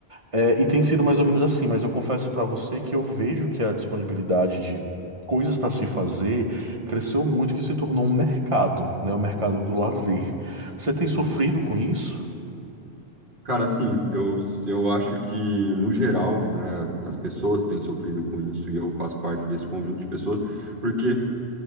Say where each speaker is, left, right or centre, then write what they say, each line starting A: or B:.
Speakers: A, on the right; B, on the right.
A: É, e tem sido mais ou menos assim, mas eu confesso pra você que eu vejo que a disponibilidade de coisas pra se fazer cresceu muito, que se tornou um mercado, né? O mercado do lazer. Você tem sofrido
B: uhum.
A: com isso?
B: Cara, assim, eu, eu acho que, no geral, né, as pessoas têm sofrido com isso e eu faço parte desse conjunto de pessoas, porque